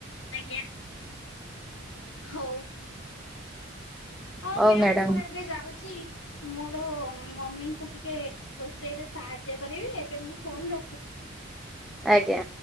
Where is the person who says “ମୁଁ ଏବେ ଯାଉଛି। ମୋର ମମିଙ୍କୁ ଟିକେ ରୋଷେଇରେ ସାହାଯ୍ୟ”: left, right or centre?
Left